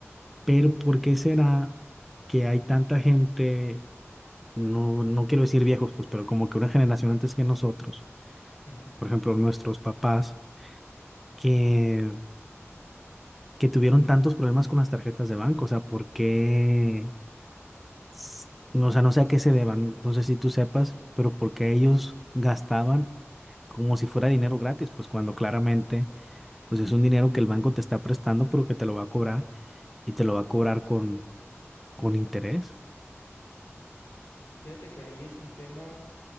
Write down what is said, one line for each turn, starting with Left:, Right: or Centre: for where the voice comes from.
Centre: Pero ¿por
Left: Sí.
Centre: qué será que hay tanta gente, no, no quiero decir viejos, pues, pero como que una generación antes que nosotros,
Left: Ujú.
Centre: por ejemplo, nuestros papás, que, que tuvieron tantos problemas con las tarjetas de banco? O sea, ¿por qué? s- No, o sea, no sé a qué se deban, no sé si tú sepas, pero ¿por qué ellos gastaban? como si fuera dinero gratis, pues cuando claramente pues es un dinero que el banco te está prestando, pero que te lo va a cobrar y te lo va a cobrar con, con interés.
Left: Fíjate que ahí es un tema